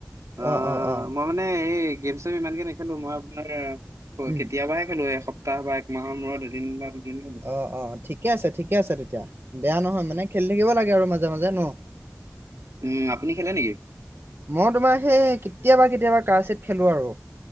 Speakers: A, on the right; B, on the right.
A: অ'
B: অহ', অহ', অহ'।
A: মই মানে এই গেম-চেম ইমানকে নেখেলোঁ। মই আপোনাৰ
B: উম
A: কেতিয়াবাহে খেলো এক একসপ্তাহ বা এক মাহৰ মূৰত এদিন বা দুদিন খেলো।
B: অহ', অহ' ঠিকে আছে, ঠিকে আছে তেতিয়া। বেয়া নহয় মানে খেলি থাকিব লাগে আৰু মাজে-মাজে ন'।
A: উম, আপুনি খেলে নেকি?
B: মই তোমাৰ সেই কেতিয়াবা-কেতিয়াবা কাৰচেত খেলোঁ আৰু।